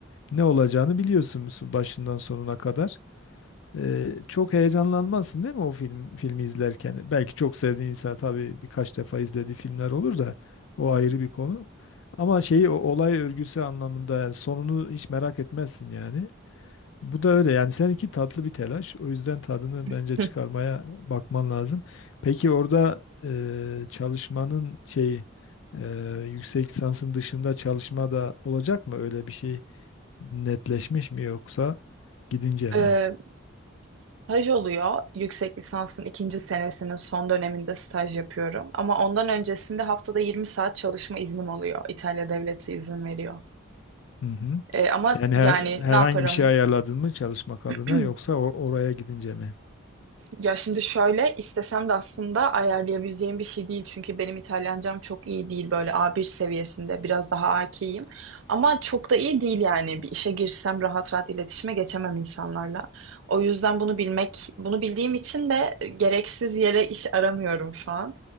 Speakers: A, on the left; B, on the right.
A: Ne olacağını biliyorsun başından sonuna kadar. Ee, çok heyecanlanmazsın değil mi o film filmi izlerken? Belki çok sevdiğin insan tabii birkaç defa izlediği filmler olur da o ayrı bir konu. Ama şeyi o olay örgüsü anlamında yani sonunu hiç merak etmezsin yani. Bu da öyle yani seninki tatlı bir telaş. O yüzden tadını bence
B: <laughs>
A: çıkarmaya bakman lazım. Peki orada e, çalışmanın şey e, yüksek lisansın dışında çalışma da olacak mı? Öyle bir şey netleşmiş mi yoksa gidince mi?
B: Ee, Staj oluyor. Yüksek lisansın ikinci senesinin son döneminde staj yapıyorum. Ama ondan öncesinde haftada 20 saat çalışma iznim oluyor. İtalya devleti izin veriyor.
A: Hı hı.
B: E, ama
A: Yani her,
B: yani
A: herhangi
B: ne yaparım?
A: bir şey ayarladın mı çalışmak adına
B: <clears throat>
A: yoksa or- oraya gidince mi?
B: Ya şimdi şöyle istesem de aslında ayarlayabileceğim bir şey değil. Çünkü benim İtalyancam çok iyi değil. Böyle A1 seviyesinde biraz daha akiyim. Ama çok da iyi değil yani. Bir işe girsem rahat rahat iletişime geçemem insanlarla. O yüzden bunu bilmek, bunu bildiğim için de gereksiz yere iş aramıyorum şu an.